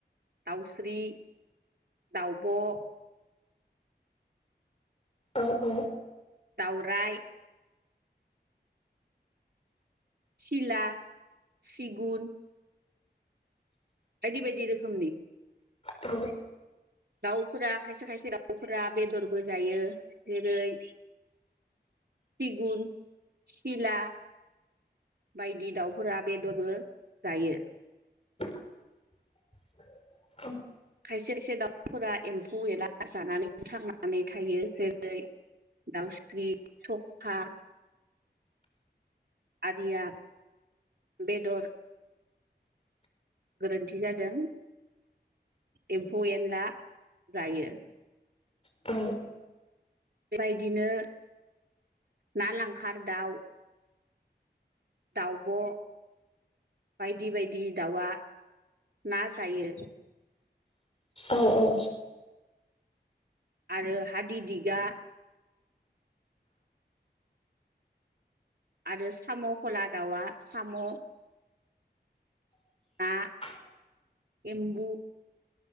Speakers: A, on the right (about 65°); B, on the left (about 35°).
A: दाउस्रि। दावउब'
B: औ औ
A: दावराय सिला, सिगुन बायदि बायदि रोखोमनि।
B: औ
A: दाउफोरा खायसे खायसे दाउफोरा बेदरबो जायो जेरै सिगुन, सिला बायदि दाउफोरा बेदरबो जायो।
B: <inaudible> <unintelligible>
A: खायसे खायसे दाउफोरा एम्फौ एनला जानानै बो थांनानै थायो जेरै दाउस्रि, सखा आदिया बेदर गोरोन्थि जादों एम्फौ एनला जायो।
B: औ
A: बेबायदिनो ना लांखार दाउ दाउब' बायदि बायदि दाउआ ना जायो
B: औ औ
A: आरो हादि दिगा आरो साम'खौला दाउआ साम'
B: <inaudible>
A: ना एम्बु